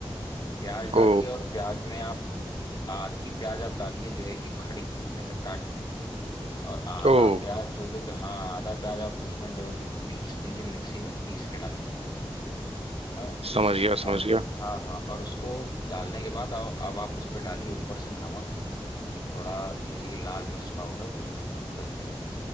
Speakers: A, on the left (about 45°); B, on the right (about 80°).
A: प्याज डालिए
B: ओ
A: और प्याज में आप आधी प्याज आप डालिए जो है कि खड़ी ऐसे काट के और आधा
B: ओ
A: प्याज जो लोग हाँ आधा प्याज आप उसमें जो है कि पीस दीजिए मिक्सी में पीस के डालिए हाँ
B: समझ गया समझ
A: और
B: गया
A: हाँ हाँ और उसको डालने के बाद अब अब आप उस पर डालिए ऊपर से नमक थोड़ा जो है कि लाल मिर्च पाउडर हल्दी